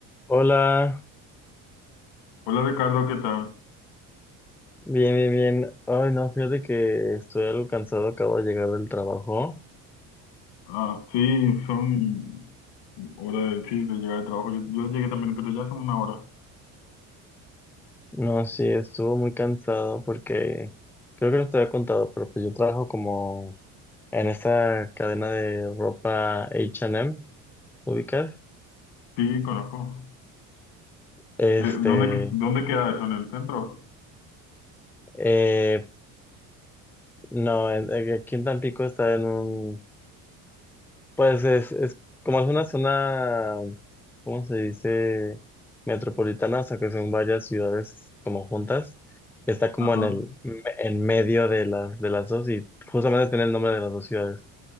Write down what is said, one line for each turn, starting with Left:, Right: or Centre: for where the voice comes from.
Centre: Hola,
Left: Hola Ricardo, ¿qué tal?
Centre: bien, bien, bien. Ay, no, fíjate que estoy algo cansado, acabo de llegar del trabajo.
Left: Ah, sí, son hora de, sí, de llegar al trabajo. Yo, yo llegué también, pero ya son una hora.
Centre: No, sí, estuvo muy cansado porque creo que no te había contado, pero pues yo trabajo como en esta cadena de ropa H and M, ¿ubicas?
Left: Sí, conozco.
Centre: Este,
Left: Eh, ¿dónde, dónde queda eso? ¿En el centro?
Centre: eh, no, en- eh, aquí en Tampico está en un Pues es, es como es una zona, ¿cómo se dice? Metropolitana, o sea que son varias ciudades como juntas. Está como
Left: Ajá.
Centre: en el me- en medio de las de las dos y justamente tiene el nombre de las dos ciudades.